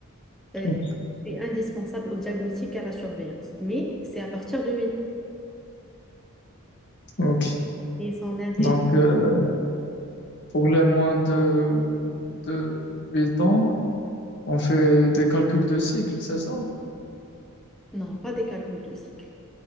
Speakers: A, in the centre; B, on the left.
A: Euh,
B: Ok.
A: c'est indispensable au diagnostic et à la surveillance, mais c'est à partir de 8
B: Ok.
A: et s'en intéresse.
B: Donc, euh, pour les moins de, de 8 ans, on fait des calculs de cycle, c'est ça?
A: Non, pas des calculs de cycle.